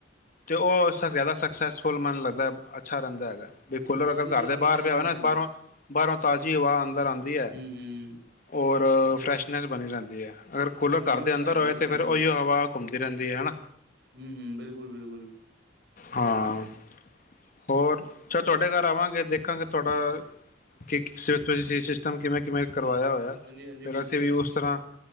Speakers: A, on the left; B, on the right.
A: ਤੇ ਉਹ ਜ਼ਿਆਦਾ ਸਕਸੈਸਫੁਲ ਮਨ ਲੱਗਦਾ ਅੱਛਾ ਰਹਿੰਦਾ ਹੈਗਾ। ਵੀ ਖੋਲੋ
B: ਹਾਂ
A: ਅਗਰ
B: ਨੀ ਉਹ
A: ਘਰ
B: ਜ਼ਿਆਦਾ
A: ਦੇ ਬਾਹਰ
B: ਫਾਇਦੇਮੰਦ
A: ਪਿਆ ਹੋ ਨਾ
B: ਰਹਿੰਦਾ
A: ਬਾਹਰੋਂ ਬਾਹਰੋਂ ਤਾਜ਼ੀ ਹਵਾ ਅੰਦਰ ਆਉਂਦੀ
B: ਹਮ
A: ਹੈ।
B: ਹਮ
A: ਔਰ ਫਰੈਸ਼ਨੈਸ ਬਣੀ ਰਹਿੰਦੀ ਹੈ। ਅਗਰ ਕੂਲਰ
B: ਹਾਂਜੀ
A: ਘਰ
B: ਉਹ
A: ਦੇ ਅੰਦਰ
B: ਹੈ ਜੀ
A: ਹੋਏ ਤਾਂ
B: ਬਿਲਕੁਲ
A: ਫਿਰ ਉਹੀ ਹਵਾ ਘੁੰਮਦੀ ਰਹਿੰਦੀ ਆ ਹਨਾ।
B: ਹਮ ਹਮ ਬਿਲਕੁਲ ਬਿਲਕੁਲ।
A: ਹਾਂ ਹੋਰ ਚੱਲ ਤੁਹਾਡੇ ਘਰ ਆਵਾਂਗੇ ਦੇਖਾਂਗੇ ਤੁਹਾਡਾ ਕਿ ਸਿਰ ਸਹੀ ਸਿਸਟਮ ਕਿਵੇਂ ਕਿਵੇਂ ਕਰਵਾਇਆ ਹੋਇਆ
B: ਹਾਂਜੀ ਹਾਂਜੀ
A: ਫਿਰ
B: ਬਿਲਕੁਲ
A: ਅਸੀਂ ਵੀ ਉਸ ਤਰ੍ਹਾਂ